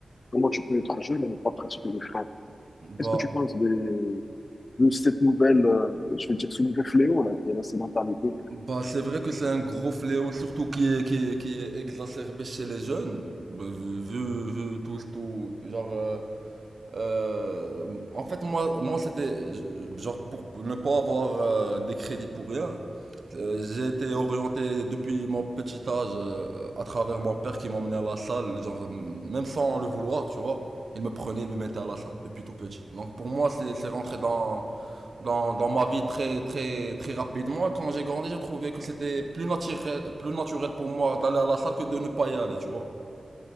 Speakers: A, on the left (about 50°); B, on the right (about 60°).
A: comment tu peux être jeune et ne pas pratiquer le sport.
B: bah,
A: Qu'est-ce que tu penses des- de cette nouvelle, euh, je veux dire, ce nouveau fléau là, qui est la sédentarité?
B: bah c'est vrai que c'est un gros fléau, surtout qui est, qui est, qui est exacerbé chez les jeunes, Bah, vu, vu vu tout, tout, genre euh, Euh, en fait, moi, moi, c'était euh, genre pour ne pas avoir euh, des crédits pour rien. euh, j'ai été orienté depuis mon petit âge euh, à travers mon père qui m'emmenait à la salle, genre m- même sans le vouloir, tu vois. Il me prenait, il me mettait à la salle depuis tout petit. Donc pour moi, c'est c'est rentré dans, dans dans ma vie très très très rapidement. Quand j'ai grandi, j'ai trouvé que c'était plus naturel plus naturel pour moi d'aller à la salle que de ne pas y aller, tu vois.